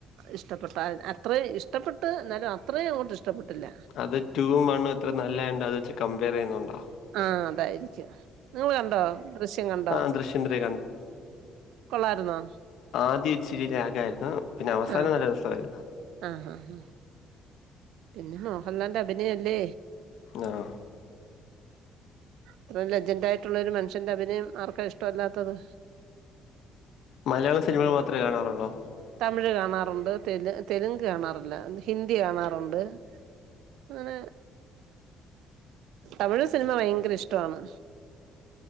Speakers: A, on the right; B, on the left.
A: ഇഷ്ടപ്പെട്ടേ അത്രേം ഇഷ്ടപ്പെട്ട് ന്നാലും അത്രേം അങ്ങോട്ട് ഇഷ്ടപ്പെട്ടില്ല.
B: അത് ടുവും വണ്ണും അത്ര നല്ലായോണ്ട് അത് വെച്ച് കമ്പെയറെയ്യുന്നോണ്ടാ.
A: ആഹ് അതായിരിക്കും. നിങ്ങള് കണ്ടോ ദൃശ്യം കണ്ടോ?
B: ആ ദൃശ്യം ത്രീ
A: കൊള്ളായിര്ന്നോ?
B: ആദ്യ ഇച്ചിരി ലാഗായിര്ന്ന് പിന്നെ അവസാനം
A: ആഹ്
B: നല്ല രസവായിര്ന്ന്.
A: ആഹ് ആഹ് പിന്നെ മോഹൻലാലിന്റെ അഭിനയല്ലേ
B: ആഹ്.
A: അത്രേം ലജൻ്റായിട്ട്ള്ളൊരു മനുഷ്യന്റെ അഭിനയം ആർക്കാ ഇഷ്ടവല്ലാത്തത്.
B: മലയാളം സിനിമകൾ മാത്രമെ കാണാറുള്ളോ?
A: തമിഴ് കാണാറുണ്ട് തെലു തെലുങ്ക് കാണാറില്ല, ഹിന്ദി കാണാറുണ്ട്. അങ്ങനെ തമിഴ് സിനിമ ഭയങ്കര ങ്കര ഇഷ്ടോവാണ്.